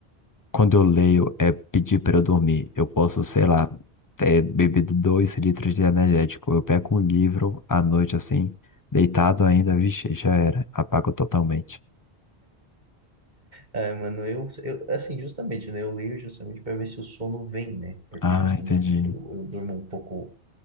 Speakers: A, on the left (about 25°); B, on the right (about 45°).
A: quando eu leio é pedir para eu dormir. Eu posso, sei lá, ter bebido dois litros de energético. Eu pego um livro à noite, assim, deitado ainda, vixe, já era. Apago totalmente.
B: Ah, mano, eu, eu, assim, justamente, né, eu leio justamente para ver se o sono vem, né, porque
A: Ah,
B: justamente
A: entendi.
B: eu, eu durmo um pouco,